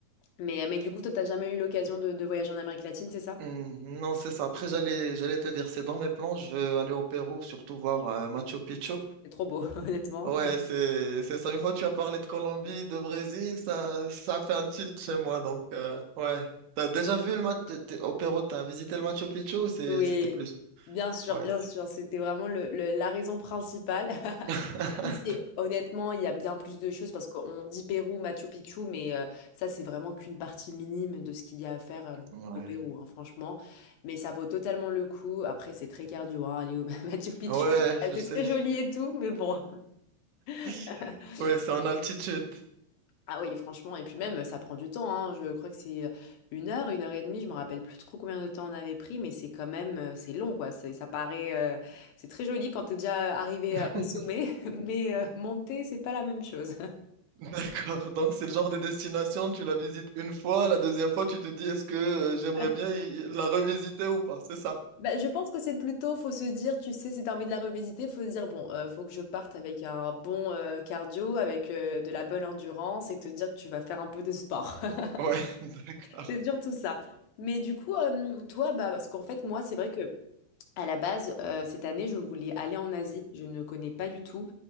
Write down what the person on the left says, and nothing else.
Mais, mais du coup, toi, t'as jamais eu l'occasion de, de voyager en Amérique latine, c'est ça?
C'est trop beau, <laughs> honnêtement.
Oui,
bien sûr,
bien
sûr. C'était vraiment le, le- la raison principale. <laughs>
C'est- Honnêtement, il y a bien plus de choses parce qu'on dit Pérou, Machu Picchu, mais euh, ça, c'est vraiment qu'une partie minime de ce qu'il y a à faire euh,
au Pérou, hein, franchement. Mais ça vaut totalement le coup. Après, c'est très cardio, hein, aller au <laughs> Machu Picchu.
Ah,
C'est
très joli et tout, mais bon.
<laughs>
Ah oui, franchement, et puis même, ça prend du temps, hein. Je crois que c'est euh, une heure, une heure et demie, je me rappelle plus trop combien de temps on avait pris, mais c'est quand même, euh, c'est long, quoi. C'est- Ça paraît, euh, c'est très joli quand t'es déjà arrivé
euh, au sommet, <laughs> mais euh, monter, c'est pas la même chose.
<laughs>
Bah, je pense que c'est plutôt, faut se dire, tu sais, si t'as envie de la revisiter, faut se dire, bon, euh, faut que je parte avec un bon euh, cardio, avec euh, de la bonne endurance et te dire que tu vas faire un peu de sport. <laughs>
C'est surtout ça. Mais du coup, euh, toi, bah, parce qu'en fait, moi, c'est vrai que à la base, euh, cette année, je voulais aller en Asie. Je ne connais pas du tout.